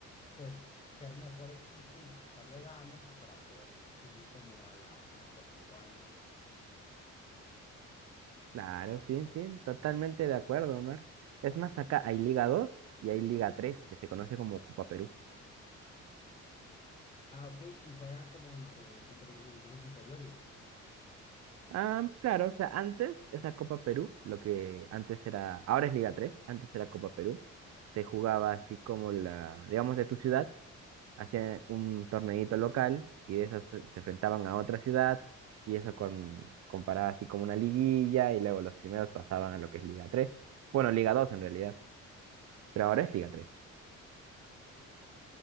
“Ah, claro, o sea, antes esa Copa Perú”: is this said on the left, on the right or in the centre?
Right